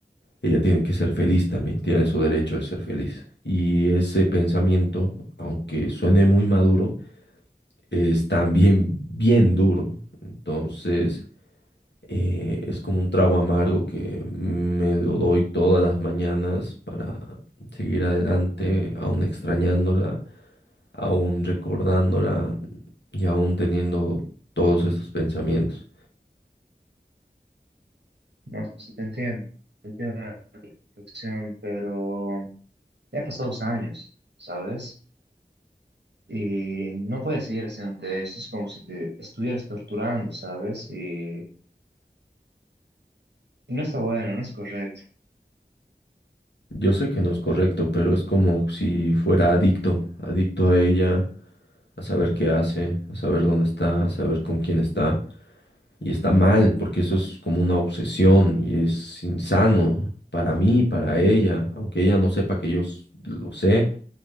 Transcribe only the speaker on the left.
ella tiene que ser feliz también, tiene su derecho de ser feliz. Y ese pensamiento, aunque suene muy maduro, es también bien duro. Entonces... eh, es como un trago amargo que me lo doy todas las mañanas para seguir adelante, aún extrañándola, aún recordándola y aún teniendo todos estos pensamientos.
Yo sé que no es correcto, pero es como si fuera adicto, adicto a ella, a saber qué hace, a saber dónde está, a saber con quién está. Y está mal, porque eso es como una obsesión y es insano para mí, para ella, aunque ella no sepa que yo s- lo sé